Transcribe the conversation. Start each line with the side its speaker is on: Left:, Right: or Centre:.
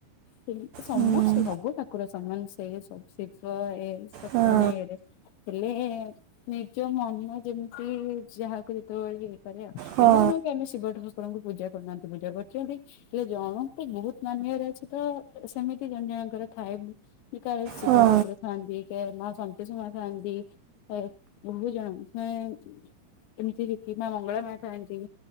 Left: ସେମିତି ତ ସମସ୍ତେ
Right: ହୁଁ
Left: ସବୁ ଠାକୁର ସମାନ, ସେ ସବୁ ଶିବ ଏ ସବୁ
Right: ହଁ
Left: ମାନେ ଏରେ। ହେଲେ ନିଜ ମନ ଯେମିତି ଯାହାକୁ ଯେତେବେଳେ କରେ ଆଉ,
Right: ହଁ
Left: ଏମିତି ନୁହେଁ କି ଆମେ ଶିବ ଠାକୁରଙ୍କୁ ପୂଜା କରୁନାହାନ୍ତି, ପୂଜା କରୁଛନ୍ତି। ହେଲେ ଜଣଙ୍କୁ ବହୁତ ମାନିବାର ଅଛି ତ ସେମିତି ଜଣ ଜଣଙ୍କର ଥାଏ। କାହାର ଶିବ
Right: ହଁ
Left: ଠାକୁର ଥାଆନ୍ତି, କାହାର ମା ସନ୍ତୋଷୀ ମା ଥାଆନ୍ତି। ଥାଏ ବହୁତ ଜଣ ଥାଏ, ଏମିତି କି କି ମା ମଙ୍ଗଳା ମା ଥାଆନ୍ତି,